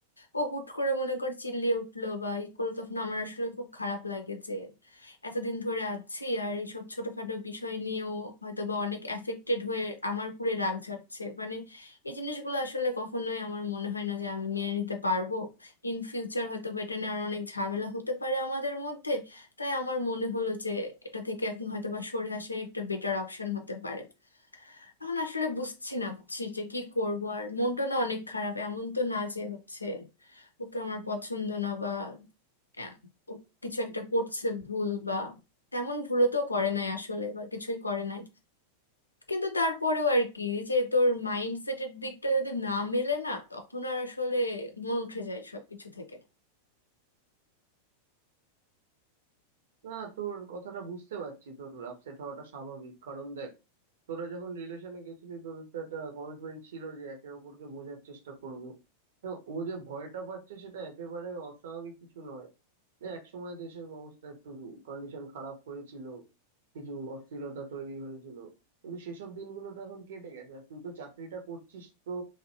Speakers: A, on the left; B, on the right.
A: ও হুট করে মনে কর চিল্লিয়ে উঠলো বা ই করলো তখন আমার আসলে খুব খারাপ লাগে যে এতদিন ধরে আছি আর এইসব ছোটখাটো বিষয় নিয়েও হয়তো বা অনেক অ্যাফেক্টেড হয়ে আমার পুরে রাগ ঝাড়ছে মানে এই জিনিসগুলো আসলে কখনোই আমার মনে হয় না যে আমি মেনে নিতে পারবো ইন ফিউচার হয়তো বা এটা নিয়ে আরো অনেক ঝামেলা হতে পারে আমাদের মধ্যে তাই আমার মনে হলো যে এটা থেকে এখন হয়তো বা সরে আসা একটা বেটার অপশন হতে পারে এখন আসলে বুঝছি না বুঝছি যে কি করব আর মনটা না অনেক খারাপ এমন তো না যে হচ্ছে ওকে আমার পছন্দ না বা আহ, ও কিছু একটা করছে ভুল বা তেমন ভুলও তো করে নাই আসলে বা কিছুই করে নাই কিন্তু তারপরেও আর কি যে তোর মাইন্ডসেটের দিকটা যদি না মেলে না তখন আর আসলে মন উঠে যায় সবকিছু থেকে
B: না তোর কথাটা বুঝতে পারছি তোর আপসেট হওয়াটা স্বাভাবিক কারণ দেখ তোরা যখন রিলেশনে গেছিলি তোদের তো একটা কমিটমেন্ট ছিল যে একে অপরকে বোঝার চেষ্টা করব হ্যাঁ, ও যে ভয়টা পাচ্ছে সেটা একেবারে অস্বাভাবিক কিছু নয় যে একসময় দেশের অবস্থা একটু কন্ডিশন খারাপ হয়েছিল কিছু অস্থিরতা তৈরি হয়েছিল কিন্তু সেসব দিনগুলো তো এখন কেটে গেছে আর তুই তো চাকরিটা করছিস তো